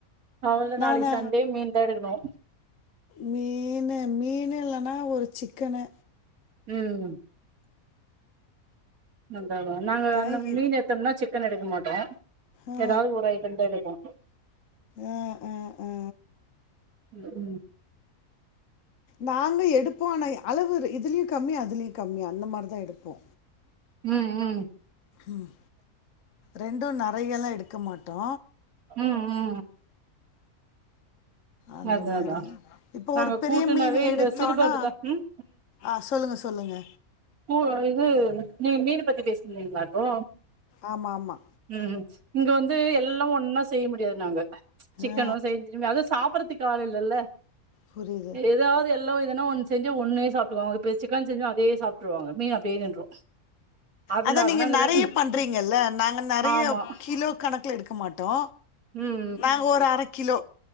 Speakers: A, on the right; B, on the left.
A: அவ்ளதா
B: நானு
A: நாளைக்கி சண்டே மீன்தா எடுக்கணு
B: மீன் மீன் இல்லன்னா ஒரு சிக்கனு
A: ம் அதா அதா நாங்க
B: தேங்க்
A: அந்த மீன் எடுதோம்னா சிக்கன் எடுக்க மாட்டோ
B: ஆ
A: ஏதாது ஒரு அய்ட்டம்தா எடுப்போ
B: ஆ ஆ ஆ
A: ம் ம்
B: நாங்க எடுப்போ ஆனா அளவு இதுலயு கம்மி அதுலயு கம்மி அந்த மாரிதா எடுப்போ
A: ம் ம்
B: ம் ரெண்டு நெறையால்லா எடுக்க மாட்டோ
A: ம் ம்
B: அந்த
A: அதா
B: மாரி
A: அதா
B: இப்ப
A: நாங்க
B: ஒரு பெரிய
A: கூட்டுனாவே
B: மீன்
A: இங்க
B: எடுத்தோன்னா
A: சிறுபருப்பு தா ம்
B: ஆ சொல்லுங்க சொல்லுங்க
A: பூ இது நீங்க மீன பத்தி பேசின்னுருந்தீங்களா இப்போ
B: ஆமா ஆமா
A: ம் ம் இங்க வந்து எல்லா ஒன்னா செய்ய முடியாது நாங்க சிக்கனு
B: ஆ
A: செய்யணு திரும்பி அதுவு சாப்ர்றதுக்கு ஆள் இல்லல்ல
B: புரியுது
A: ஏதாவது எல் லோஇதனோ ஒண்ணு செஞ்சே ஒன்னே சாப்ட்க்குவாங்க இப்போ சிக்கன் செஞ்சா அதே சாப்ட்ருவாங்க மீன் அப்டியே நின்று அதனால
B: அதா நீங்க
A: நாங்க
B: நெறைய
A: ரெ
B: பண்றீங்கல்ல நாங்க நெறைய
A: ஆமா
B: கிலோ கணக்குல எடுக்க மாட்டோ
A: ம்
B: நாங்க ஒரு அர கிலோ